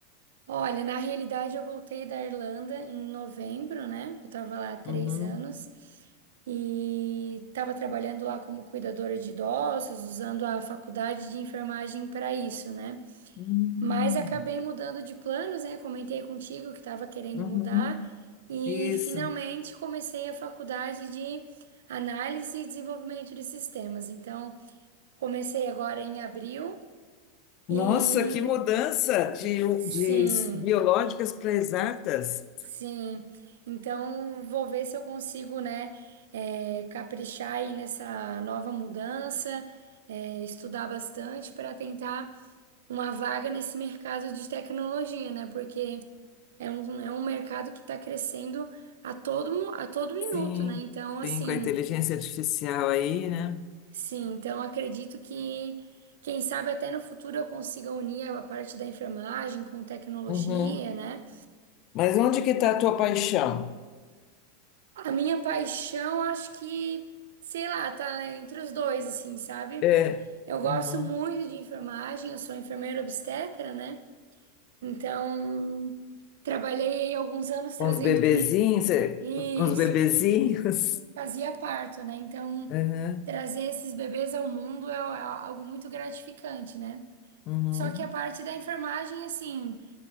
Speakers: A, on the right; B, on the left.
A: Olha, na realidade eu voltei da Irlanda em novembro, né? Eu tava lá há três
B: Uhum.
A: anos e tava trabalhando lá como cuidadora de idosos, usando a faculdade de enfermagem para isso, né?
B: Hum,
A: Mas acabei mudando de planos, né? Comentei contigo que estava querendo
B: uhum.
A: mudar e
B: Isso.
A: finalmente comecei a faculdade de análise e desenvolvimento de sistemas. Então, comecei agora em abril.
B: Nossa,
A: E
B: que mudança de,
A: Sim,
B: de biológicas para exatas.
A: sim. Então, vou ver se eu consigo, né, é, caprichar aí nessa nova mudança, é, estudar bastante para tentar uma vaga nesse mercado de tecnologia, né? Porque é um, é um mercado que está crescendo a todo, mo- a todo minuto,
B: Sim,
A: né? Então, assim,
B: sim, com a inteligência artificial aí, né?
A: sim, então acredito que, quem sabe até no futuro eu consiga unir a parte da enfermagem com tecnologia,
B: Uhum.
A: né?
B: Mas onde que está a tua paixão?
A: A minha paixão, acho que, sei lá, tá entre os dois, assim, sabe?
B: É,
A: Eu gosto
B: Uhum.
A: muito de enfermagem, eu sou enfermeira obstetra, né? Então, trabalhei aí alguns anos trazendo
B: com os bebezinhos,
A: cri...
B: é,
A: Isso,
B: com os bebezinhos.
A: eu fazia parto, né? Então,
B: <laughs> Aham,
A: trazer esses bebês ao mundo é é algo muito gratificante, né?
B: Uhum.
A: Só que a parte da enfermagem, assim,